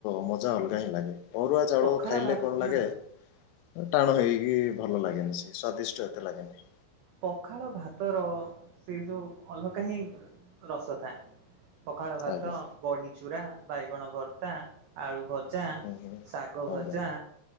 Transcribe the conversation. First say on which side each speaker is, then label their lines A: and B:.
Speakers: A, on the left; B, on the right.
A: ମଜା ଅଲଗା ହିଁ ଲାଗେ, ଅରୁଆ ଚାଉଳ
B: ପଖାଳ
A: ଖାଇଲେ
B: ଭାତ
A: କଣ
B: ନା
A: ଲାଗେ ତ ଟାଣ ହେଇକି ଭଲ ଲାଗେନି ସେ, ସ୍ଵାଦିଷ୍ଟ ଏତେ ଲାଗେନି।
B: ପଖାଳ ଭାତର ସେ ଯୋଉ ଅଲଗା ହିଁ ରସ ଥାଏ। ପଖାଳ ଭାତ
A: ଆଜ୍ଞା
B: ବଢି ଚୁରା ବାଇଗଣ ଭର୍ତ୍ତା ଆଳୁ ଭଜା
A: ହୁଁ ହୁଁ
B: ଶାଗ
A: ଆଜ୍ଞା
B: ଭଜା